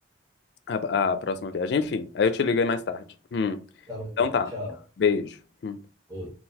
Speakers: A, on the left (about 60°); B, on the right (about 20°).
A: a, a próxima viagem. Enfim, aí eu te ligo aí mais tarde. Hum,
B: Tá bom então,
A: então tá,
B: tchau.
A: beijo. Hum.
B: Ô,